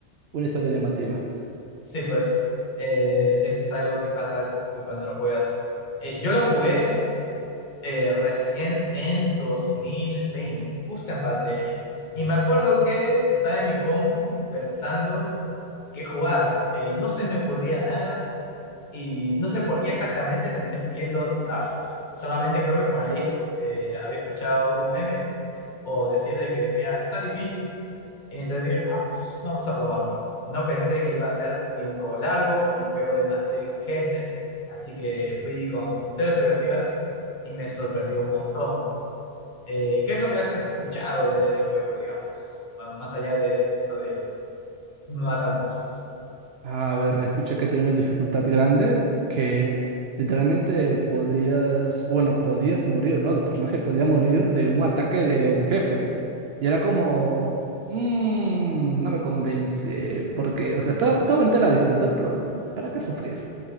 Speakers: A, on the right; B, on the left.
A: una historia llamativa.
B: Sí, pues eh, ese es algo que pasa cuando lo juegas. Eh, yo lo jugué eh, recién en dos mil veinte justo en pandemia. Y me acuerdo que estaba en mi compu pensando que jugar, eh, no se me ocurría nada y no sé por qué exactamente terminé escogiendo Dark Souls. Solamente creo que por ahí esco- eh, había escuchado un meme o decir de que, mira, está difícil, entonces dije, ah, pues vamos a probarlo. No pensé que iba a ser ni un juego largo, ni un juego demasiado exigente. Así que fui con cero expectativas y me sorprendió un montón. Eh, ¿qué es lo que has escuchado de, de juego, digamos? Ah, Más allá de eso de matar monstruos.
A: A ver, escuché que tenía una dificultad grande, que literalmente podrías, bueno, podías morir, ¿no? El personaje podía morir de un ataque del jefe. Y era como, mmm, no me convence, porque, o sea, está, está bonita la dificultad, pero ¿para qué sufrir?